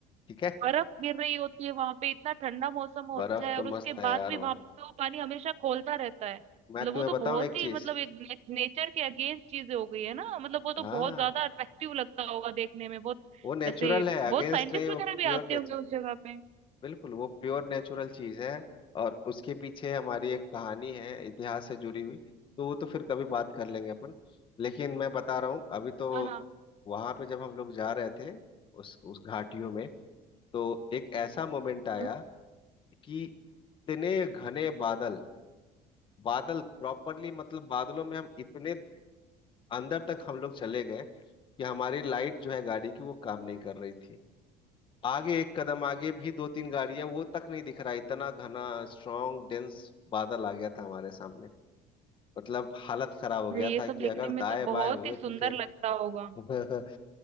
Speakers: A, on the left (about 30°); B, on the right (about 40°).
A: ठीक है
B: बर्फ गिर रही होती है वहां पे इतना ठंडा मौसम होता
A: बर्फ
B: है
A: तो
B: और उसके
A: मस्त है
B: बाद
A: यार
B: भी वहां
A: वहाँ
B: पे वो पानी हमेशा खोलता रहता है मतलब
A: मैं तुम्हें
B: वो तो
A: बताऊं
B: बहुत
A: एक
B: ही
A: चीज
B: मतलब एक ने, नेचर के अगेंस्ट चीजें हो गई है ना मतलब वो तो
A: हाँ
B: बहुत ज्यादा अट्रैक्टिव लगता होगा देखने में बहुत
A: वो नेचुरल
B: ऐसे
A: है अगेंस्ट
B: बहुत साइंटिस्ट
A: नहीं वो
B: वगैरह भी
A: प्योर
B: आते होंगे
A: नेचुर
B: उस जगह पे
A: बिल्कुल वो प्योर नेचुरल चीज है और उसके पीछे हमारी एक कहानी है इतिहास से जुड़ी हुई तो वो तो फिर कभी बात कर लेंगे अपन लेकिन मैं बता रहा हूँ अभी तो
B: हाँ हाँ
A: वहां पे जब हम लोग जा रहे थे उस उस घाटियों में तो एक ऐसा मोमेंट आया
B: हम्म।
A: कि इतने घने बादल बादल प्रॉपरली मतलब बादलों में हम इतने अंदर तक हम लोग चले गए कि हमारी लाइट जो है गाड़ी की वो काम नहीं कर रही थी आगे एक कदम आगे भी दो तीन गाड़ियां वो तक नहीं दिख रहा इतना घना स्ट्रांग डेंस बादल आ गया था हमारे सामने मतलब हालत खराब हो
B: अरे
A: गया
B: ये
A: था
B: सब
A: कि
B: देखने
A: अगर दाएं
B: में तो
A: बाएं
B: बहुत
A: हुए
B: ही सुंदर
A: तो फिर
B: लगता होगा
A: <laughs>